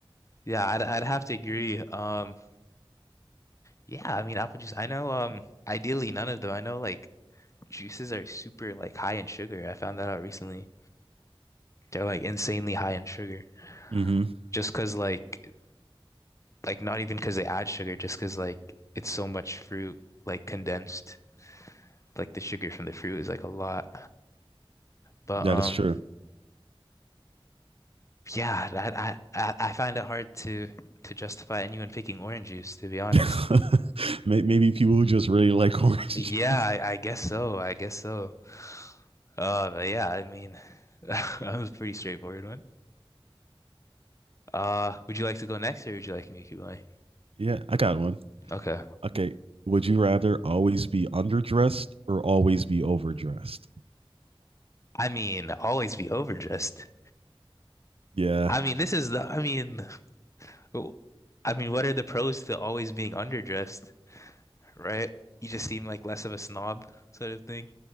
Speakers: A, on the left; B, on the right.
A: Yeah, I'd I'd have to agree. Um, yeah, I mean apple juice. I know um ideally none of them. I know like juices are super like high in sugar. I found that out recently. They're like insanely high in sugar.
B: hmm
A: Just 'cause like like not even 'cause they add sugar, just 'cause like it's so much fruit like condensed. Like the sugar from the fruit is like a lot. But
B: That
A: um
B: is true.
A: yeah, that I I I find it hard to to justify anyone picking orange juice to be honest.
B: <laughs> May- Maybe people who just really like <laughs> orange
A: Yeah,
B: juice.
A: I, I guess so. I guess so. Uh, but yeah, I mean, <laughs> that was a pretty straightforward one. Uh, would you like to go next, or would you like me to keep going?
B: Yeah, I got one.
A: Okay.
B: Okay. Would you rather always be underdressed or always be overdressed?
A: I mean, always be overdressed.
B: Yeah.
A: I mean, this is the. I mean, w- I mean, what are the pros to always being underdressed, right? You just seem like less of a snob, sort of thing.